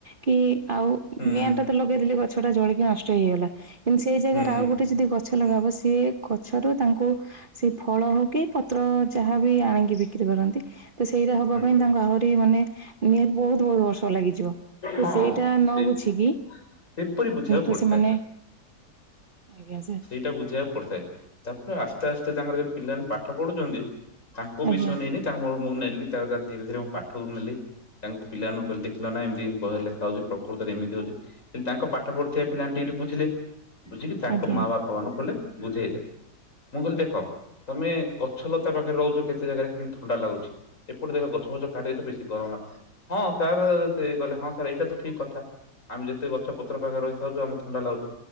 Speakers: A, on the right; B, on the left.
A: କି ଆଉ
B: ହୁଁ
A: ନିଆଁଟା ତ ଲଗେଇଦେଲି ଗଛ ଟା ଜଳିକି ନଷ୍ଟ ହେଇଗଲା କିନ୍ତୁ ସେଇ ଜାଗାରେ
B: ହୁଁ
A: ଆଉ ଗୋଟେ ଯଦି ଗଛ ଲଗବ ସି ଗଛରୁ ତାଙ୍କୁ ସେ ଫଳ ହଉ କି ପତ୍ର ଯାହା ଆଣଙ୍ଗି ବି ପାରନ୍ତି ତ ସେଇଟା ହବା
B: ହୁଁ
A: ପାଇଁ ତାଙ୍କ ଆହୁରି ମାନେ ନିହାତି ବହୁତ ବହୁତ ବର୍ଷ ଲାଗିଯିବ। ତ
B: ହଁ
A: ସେଇଟା ନ
B: ସେଇ
A: ବୁଝିକି
B: ସେପରି ବୁଝିବାକୁ
A: ତ
B: ପଡିଥାଏ
A: ସେମାନେ ଆଜ୍ଞା ସେ
B: ସେଟା ବୁଝେଇବାକୁ ପଡିଥାଏ ତାପରେ ଆସ୍ତେ ଆସ୍ତେ ତାଙ୍କର ଯ ପିଲାମାନେ ପାଠ ପଢୁଛନ୍ତି ତାଙ୍କୁ
A: ଆଜ୍ଞା
B: ବି ତାଙ୍କର ମୁଁ ନେଲି ତାଙ୍କାର ଧୀରେ ଧୀରେ ମୁଁ ପାଠକୁ ନେଲି। ତାଙ୍କୁ ପିଲାମାନଙ୍କୁ କହିଲେ ଦେଖିଲ ନା ଏମତି ଲେଖା ହଉଛି ପ୍ରକୃତରେମିତି ହଉଛି। କିନ୍ତୁ ତାଙ୍କ ପାଠ ପଢୁଥିବା ପିଲାମାନେ ଟିକେ ଟେ ବୁଝିଲେ ବୁଝିକି ତାଙ୍କ
A: ଆଜ୍ଞା
B: ମା ବାପା ଭଗବାନ କହଲେ ବୁଝେଇଲେ। ମୁଁ କହିଲି ଦେଖ ତମେ ଗଛ ଲତା ପାଖରେ ରହୁଛ କେତେ ଜାଗାରେ କିନ୍ତୁ ଥଣ୍ଡା ଲାଗୁଛି ଏପଟେ ଦେଖ ଗଛ ଫଛ କାଟିଦଛ ବେଶୀ ଗରମ ନାଁ ହଁ। ସାର୍ ସେ କହଲେ ହଁ ସାର୍ ଏଇଟା ତ ଠିକ କଥା। ଆମେ ଯେତେ ଗଛ ପତ୍ର ପାଖରେ ରହିଥାଉଛୁ ଆମ ଥଣ୍ଡା ଲାଗୁଛି।